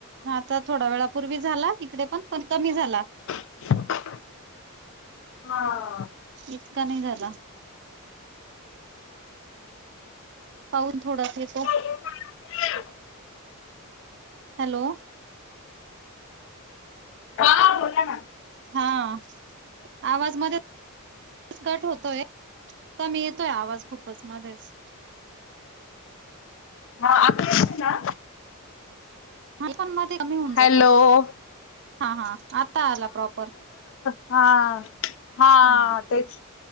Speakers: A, on the right; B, on the left.
A: आता थोंडा वेळापूर्वी झालां इकडे पणं पणं कमी झालां
B: ह <unintelligible> हां
A: इतकां नाहीं झालां पाऊसन थोडांस येतों
B: <unintelligible>
A: हॅलो
B: कां बोलां नां
A: हां आवांज मध्येचं कंट होतों यं कमी येतोयं आवांज खूपचं मध्येचं
B: हां आपलेच नां
A: आ पणं मध्यें कमी होऊन
B: हॅलो.
A: जातो हां हां आतां आलां प्रॉपर
B: हां हां
A: हा
B: तेचं